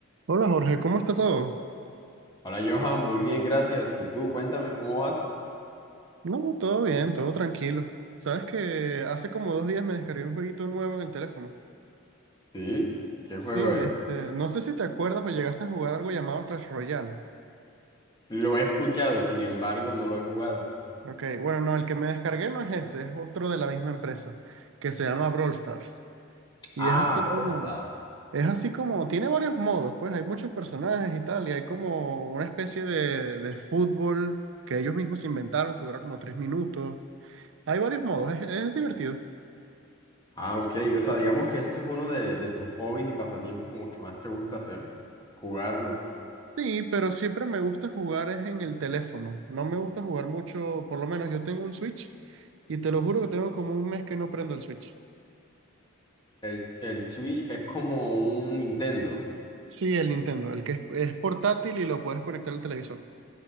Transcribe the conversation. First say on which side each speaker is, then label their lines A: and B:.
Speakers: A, on the right; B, on the left.
A: Hola Jorge, ¿cómo está todo?
B: Hola Johan, muy bien, gracias. ¿Y tú? Cuéntame cómo vas.
A: No, todo bien, todo tranquilo. Sabes que hace como dos días me descargué un jueguito nuevo en el teléfono.
B: Sí, ¿qué juego
A: Sí,
B: es?
A: este, no sé si te acuerdas o llegaste a jugar algo llamado Clash Royale.
B: Lo he escuchado, sin embargo, no lo he jugado.
A: Ok, bueno, no, el que me descargué no es ese, es otro de la misma empresa, que se llama Brawl Stars. Y
B: Ah,
A: es así como,
B: gusta.
A: es así como, tiene varios modos, pues hay muchos personajes y tal, y hay como una especie de, de fútbol que ellos mismos inventaron, que dura como tres minutos. Hay varios modos, es es divertido.
B: Ah, ok. O sea, digamos que esto es uno de, de tus hobbies y pasatiempos como que más te gusta hacer, jugarlo.
A: Sí, pero siempre me gusta jugar es en el teléfono. No me gusta jugar mucho, por lo menos yo tengo un Switch y te lo juro que tengo como un mes que no prendo el Switch.
B: El, el Switch es como un Nintendo.
A: Sí, el Nintendo, el que es, es portátil y lo puedes conectar al televisor. O